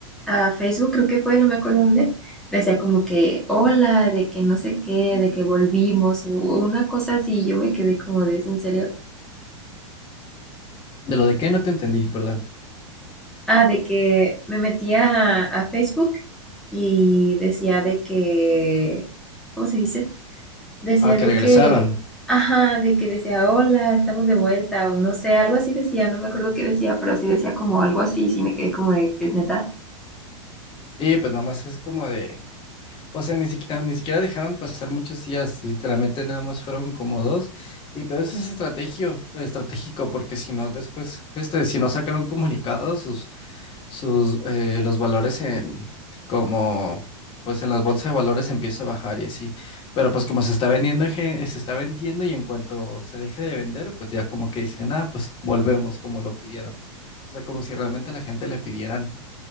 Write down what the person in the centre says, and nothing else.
a Facebook, creo que fue, no me acuerdo dónde, decía como que hola, de que no sé qué, de que volvimos, o una cosa así, yo me quedé como de, ¿es en serio?
Ah, de que me metía a, a Facebook y decía de que, ¿cómo se dice? Decía
de
que, ajá, de que decía, hola, estamos de vuelta, o no sé, algo así decía, no me acuerdo qué decía, pero sí decía como algo así, sí me quedé como de, es neta.